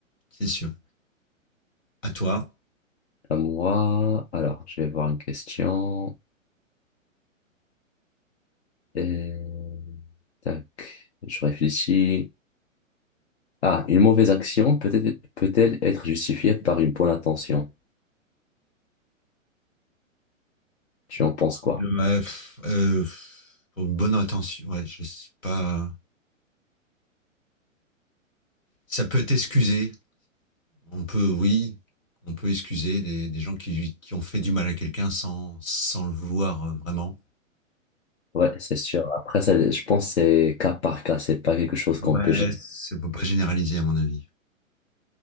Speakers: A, on the left; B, on the left.
A: c'est sûr. À toi.
B: À moi, alors, je vais voir une question. Euh, Tac, je réfléchis. Ah, une mauvaise action peut-être, peut-elle être justifiée par une bonne intention? Tu en penses quoi?
A: Ouais, pff, euh, pff, pour une bonne intention. ouais, je sais pas. Ça peut être excusé. On peut, oui, on peut excuser des, des gens qui, qui ont fait du mal à quelqu'un sans, sans le vouloir euh, vraiment.
B: Ouais, c'est sûr. Après, ça, je pense que c'est cas par cas, c'est pas quelque chose qu'on
A: Ouais,
B: peut générer.
A: c'est- on peut pas généraliser à mon avis.